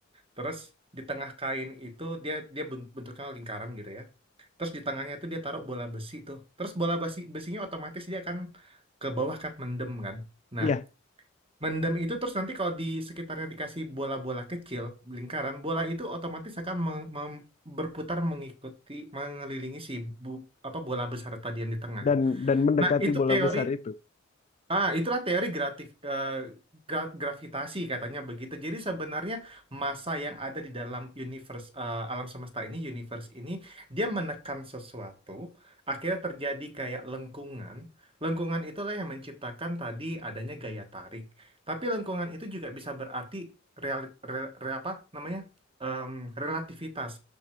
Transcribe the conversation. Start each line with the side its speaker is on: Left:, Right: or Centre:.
Right: terus di tengah kain itu dia dia bent- bentuknya lingkaran gitu ya terus di tengahnya tuh dia taruh bola besi tuh terus bola besi besinya otomatis dia akan ke bawah kan mendem kan nah
Left: Iya,
Right: Mendem itu terus nanti kalau di sekitarnya dikasih bola-bola kecil, lingkaran, bola itu otomatis akan meng- mem- berputar mengikuti, mengelilingi si bu- apa bola besar tadi yang di tengah.
Left: dan dan mendekati
Right: Nah, itu
Left: bola
Right: teori
Left: besar itu.
Right: Ah, itulah teori gratif, eh, gra- gravitasi katanya begitu. Jadi sebenarnya massa yang ada di dalam universe eh, alam semesta ini, universe ini, dia menekan sesuatu, akhirnya terjadi kayak lengkungan. Lengkungan itulah yang menciptakan tadi adanya gaya tarik. Tapi lengkungan itu juga bisa berarti real, re- re- apa namanya? Em, relativitas.